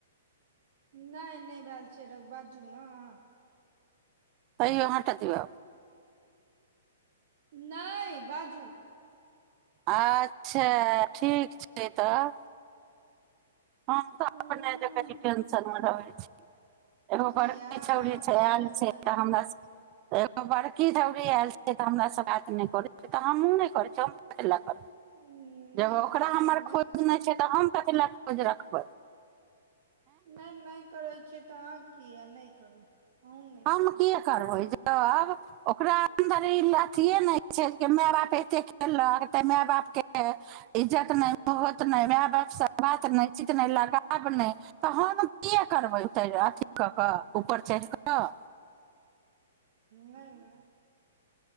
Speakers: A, on the right; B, on the right.
A: नहि नहि भेल छै र बाजू ने अहाँ।
B: अहिहाँटा दिय।
A: नहि बाजू।
B: अच्छा ठीक छै तब। हँ तऽ
A: उं
B: अपन ज कटस। <unintelligible> एगो
A: किया
B: बड़की
A: अहाँ
B: छौड़ी
A: किया
B: आयल
A: टेंशन
B: छै तऽ
A: मे
B: हमरा एगो बड़की छौड़ी आयल छै तऽ हमरा सब। बात नहि करै छ तऽ हमूँ नहि करै छी ब ल करबै।
A: नहि
B: जब ओकरा
A: करै
B: हमर
A: छी तऽ
B: खोज
A: करू
B: नहि छै तऽ हम कथ ल। ज रखबर।
A: नहि नहि करै। छै तऽ अहाँ की यऽ नहि करू। अहूँ नहि
B: हम
A: करू
B: किया करबै गे। तब ओकरा अन्दर ई अथिए नहि छै जे माय बाप एतेक खलक तऽ माय बापके इज्जत नहि होत नहि माय बापसँ बात नहि च नहि लगाब नहि तहन कि। करबे अथी
A: हुं
B: क के ऊपर चढ़ क। न।
A: ने ने।